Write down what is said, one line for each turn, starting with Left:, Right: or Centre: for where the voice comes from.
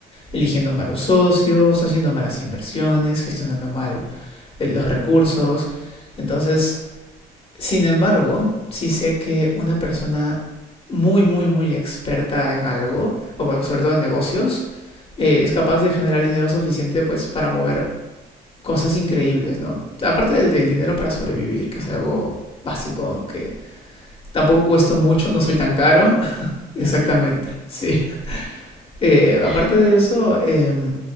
Left: eligiendo malos socios, haciendo malas inversiones, gestionando mal eh, los recursos. Entonces, sin embargo, sí sé que una persona muy, muy, muy experta en algo, o bueno, sobre todo en negocios, eh, es capaz de generar dinero suficiente pues para mover cosas increíbles, ¿no? Aparte del, del dinero para sobrevivir, que es algo básico, que tampoco cuesta mucho, no soy
Centre: importante
Left: tan caro. <laughs> Exactamente,
Centre: también.
Left: sí. Eh,
Centre: <laughs>
Left: aparte de eso, eh,